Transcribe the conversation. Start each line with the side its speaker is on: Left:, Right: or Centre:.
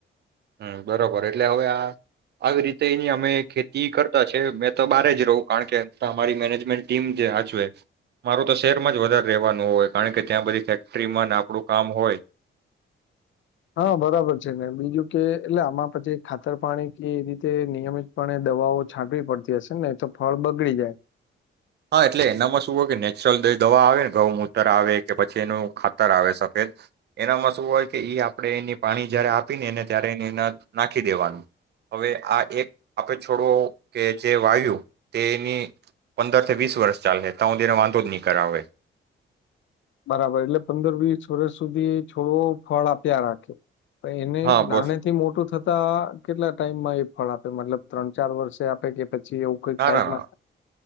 Right: હમ બરોબર એટલે હવે આ આવી રીતે એની અમે ખેતી કરતા છે. મેં તો બહાર જ રહું કારણ કે અમારી મેનેજમેન્ટ ટીમ જ હાચવે. મારેતો શહેરમાં જ વધારે રેવાનું હોય કારણ કે ત્યાં બધી ફેક્ટરીમાં આપણું કામ હોય.
Left: હા બરાબર છે ને બીજું કે એટલે આમાં પછી ખાતર પાણી કે એ રીતે નિયમિતપણે દવાઓ છાંટવી પડતી હશે ને નહીંતો ફળ બગડી જાય.
Right: હા એટલે એનામાં શું હોય કે નેચરલ દવા આવેને, ગઉ મૂતર આવે કે પછી એનું ખાતર આવે સફેદ એનામાં શું હોય કે એ આપણે એની પાણી જયારે આપી ને એને ત્યારે એને એના નાખી દેવાનું, હવે આ એક આપણે છોડવો કે જે વાયુ તે એની અંદર વીસ વર્ષ ચાલે તા સુધી એને વાંધો જ નહીં કરાવે.
Left: બરાબર એટલે પંદર વીસ વર્ષ સુધી છોડવો ફળ આપ્યા રાખે. પણ એને
Right: હા બસ
Left: નાને થી મોટું થતા કેટલા ટાઈમ માં એ ફળ આપે? મતલબ ત્રણ-ચાર વર્ષે આપે કે? પછી એવું કઈક
Right: ના
Left: ટાઈમ
Right: ના ના.